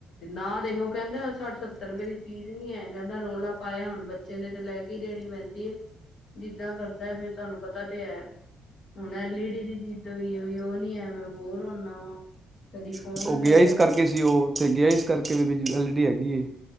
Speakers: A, on the left; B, on the right.
A: ਨਾ ਦੇਖੋ ਕਹਿੰਦੇ ਸੱਠ ਸੱਤਰ ਰੁਪਏ ਦੀ ਚੀਜ਼ ਨੀ ਹੈ ਕਹਿੰਦਾ ਰੌਲਾ ਪਾਇਆ ਹੁਣ ਬੱਚੇ ਨੇ ਤੇ ਲੈ ਕੇ ਹੀ ਦੇਣੀ ਪੈਂਦੀ ਹੈ ਜਿੱਦਾਂ ਕਰਦਾ ਫਿਰ ਤੁਹਾਨੂੰ ਪਤਾ ਤੇ ਹੈ ਹੁਣ ਐਲਈ ਡੀ ਦੀ ਜਿੱਦ ਹੋਈ ਹੈ ਉਹ ਨੀ ਹੈ ਮੈਂ ਬੋਰ ਹੁੰਦਾ ਵਾ ਕਦੀ ਫੋਨ
B: ਵਾਂ। ਉਹ
A: ਲੈ
B: ਗਿਆ ਇਸ ਕਰਕੇ ਸੀ ਉਹ ਉੱਥੇ ਗਿਆ ਇਸ ਕਰਕੇ ਵੀ ਐਲ ਡੀ ਹੈਗੀ ਏ